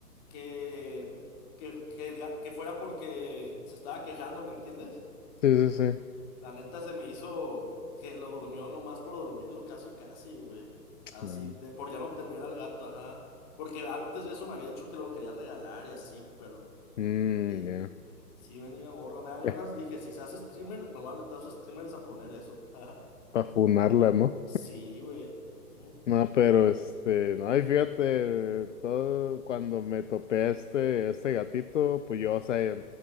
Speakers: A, on the left; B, on the left.
A: que, que, que, el ga- que fuera porque se estaba quejando, ¿me entiendes?
B: Sí, sí, sí.
A: La neta se me hizo que lo durmió nomás por dormirlo, casi, casi, güey. Así,
B: Mm,
A: de por ya no tener al gato, ajá. Porque antes de eso me había dicho que lo quería regalar y así, pero...
B: mm,
A: Y
B: ya.
A: Sí, mendiga morra, me dan ganas.
B: <laughs>
A: Dije, si se hace streamer, me voy a meter a sus streamers a poner eso. <laughs>
B: Para funarla, no
A: Sí, güey. Ujú.
B: No, pero este, no, y fíjate, todo cuando me topé a este, este gatito, pues yo, o sea,